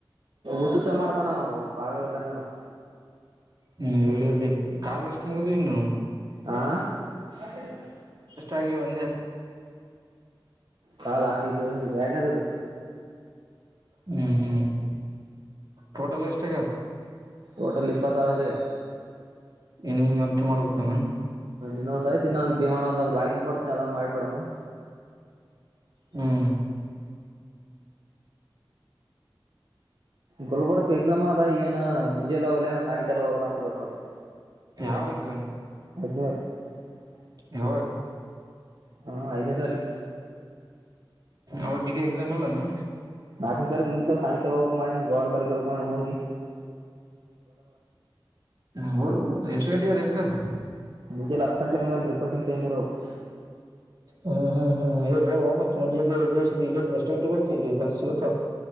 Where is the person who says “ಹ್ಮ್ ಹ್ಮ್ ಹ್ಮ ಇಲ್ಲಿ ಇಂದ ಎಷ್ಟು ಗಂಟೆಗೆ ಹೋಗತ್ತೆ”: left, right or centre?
Right